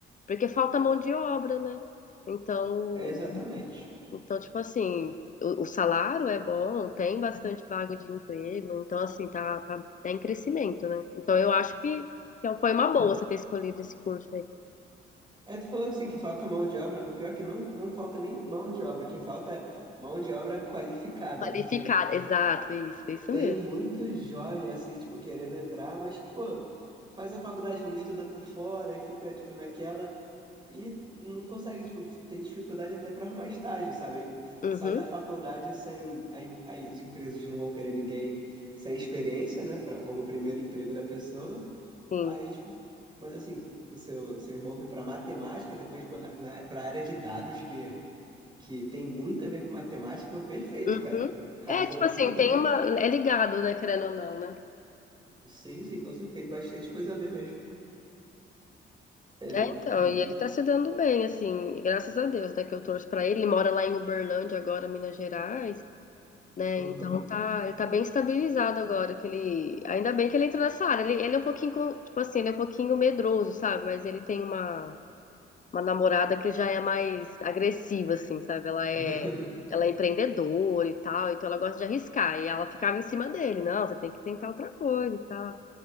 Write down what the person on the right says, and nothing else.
É exatamente.
É, tu falou assim que falta mão de obra. O pior é que não, não falta nem mão de obra, o que falta é mão de obra qualificada,
porque
tem
muito jovem assim, tipo, querendo entrar, mas que, pô, faz a faculdade, não estuda por fora e fica, tipo, naquela e não consegue, tipo, tem dificuldade até para arrumar estágio, sabe? Aí
Sai da faculdade sem. Aí, aí as empresas não vão querer ninguém sem experiência, né? Pra, como primeiro emprego da pessoa.
Aí, tipo, mas assim, o seu, seu irmão foi para matemática, depois para na, na, pra área de dados, que, que tem muito a ver com matemática, pô, perfeito,
cara. Casou
muito
bem.
Sim, sim, com certeza, tem bastante coisa a ver mesmo. É,
hum,
uhum.
<laughs>